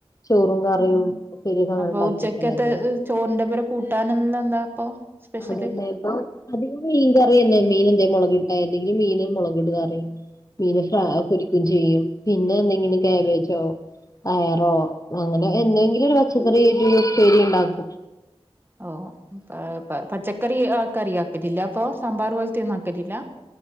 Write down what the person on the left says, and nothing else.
ചോറും കറിയും
ഉപ്പേരി ഒക്കെ അങ്ങനെണ്ടാക്കി
വെക്കലെന്നെ.
അതന്നെ പ്പം അധികും മീൻ കറിയെന്നെ മീൻ എന്തെം മൊളക് ഇട്ട എന്തെങ്കിലും മീന് മൊളക് ഇടും കറി മീന് ഫ്ര
പൊരിക്കും ചെയ്യും പിന്നെ എന്തെങ്കിലും കേബേജോ <unintelligible> ട്ടോ അങ്ങനെ എന്തെങ്കിലും ഒരു പച്ചക്കറി ആയിറ്റൊരു ഉപ്പേരി ണ്ടാക്കും.